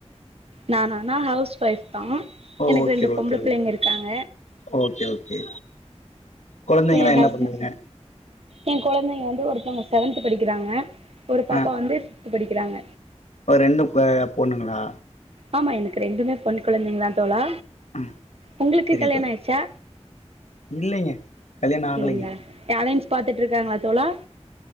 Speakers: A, on the right; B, on the left.
A: நானா நா ஹவுஸ் ஒய்ஃப் தா
B: ஓ
A: எனக்கு
B: ஓகே
A: ரெண்டு பொம்பள
B: ஓகே
A: பிள்ளைங்க
B: ஓகே
A: இருக்காங்க
B: ஓகே ஓகே கொழந்தைங்கலா
A: எ ஹஸ்பண்ட்
B: என்ன பண்ணுதுங்க
A: எ கொழந்தைங்க வந்து ஒருத்தவங்க செவன்த் படிக்கிறாங்க ஒரு பாப்பா
B: ஆ
A: வந்து பிபித் படிக்கிறாங்க
B: ஒரு ரெண்டு பொண்ணுங்களா
A: ஆமா எனக்கு ரெண்டுமே பொன் கொழந்தைங்கதா தோழா
B: ஆ
A: உங்களுக்கு
B: செரிங்க
A: கல்யானா
B: தோழி
A: ஆயிருச்சா
B: இல்லைங்க கல்யாண ஆகலைங்க
A: இல்லைங்கள அலைன்ஸ் பாத்துட்டு இருக்காங்களா தோழா